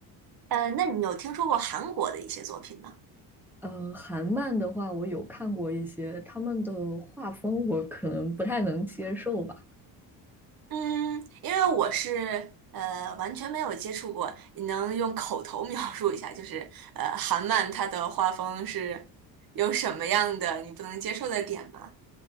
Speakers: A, on the right; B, in the centre.
A: 呃，那你有听说过韩国的一些作品吗？
B: 呃，韩漫的话，我有看过一些，他们的画风我可能不太能接受吧。
A: 嗯，因为我是呃完全没有接触过，你能用口头描述一下，就是呃韩漫它的画风是有什么样的你不能接受的点吗